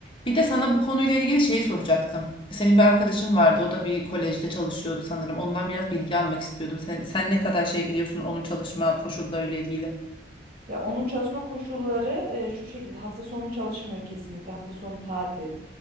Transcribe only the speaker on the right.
Ya onun çalışma koşulları e, şu şekilde hafta sonu çalışmıyor kesinlikle hafta sonu tatil.